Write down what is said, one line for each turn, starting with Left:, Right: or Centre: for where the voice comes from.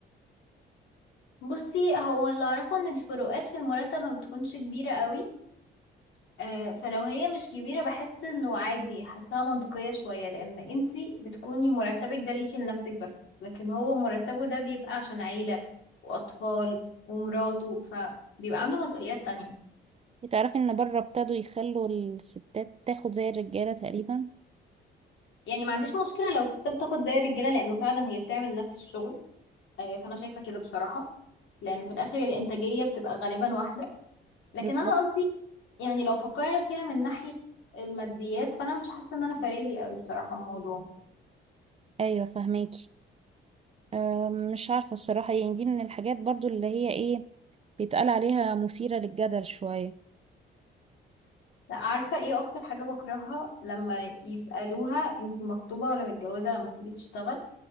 Left: بصي هو اللي اعرفه ان الفروقات في المرتب ما بتكونش كبيره قوي آه، فلو هي مش كبيره بحس انه عادي حاساها منطقيه شويه لان انتي بتكوني مرتبك ده ليكي لنفسك بس لكن هو مرتبه ده بيبقى عشان عيله واطفال ومراته فبيبقى عنده مسؤوليات تانية
Right: تعرفي ان بره ابتدوا يخلوا الستات تاخد زي الرجاله تقريبا
Left: يعني ما عنديش مشكلة لو الستات بتاخد زي الرجالة لأنه فعلا هي بتعمل نفس الشغل آه، فأنا شايفة كده بصراحة لأن في الآخر الإنتاجية بتبقى غالبا واحدة لكن
Right: بالظبط
Left: أنا قصدي يعني لو فكرنا فيها من ناحية الماديات فأنا مش حاسة إن أنا فارقلي قوي بصراحة الموضوع
Right: ايوه فهماكي أم، مش عارفه الصراحه يعني دي من الحاجات برضو اللي هي ايه بيتقال عليها مثيره للجدل شويه
Left: لا عارفة إيه أكتر حاجة بكرهها لما يسألوها أنتي مخطوبة ولا متجوزة لما تيجي تشتغل